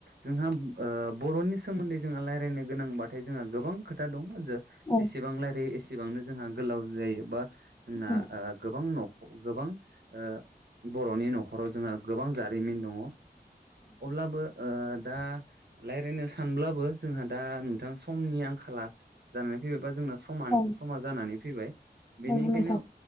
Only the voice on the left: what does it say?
औ
औ
औ
नंगौ नोंथां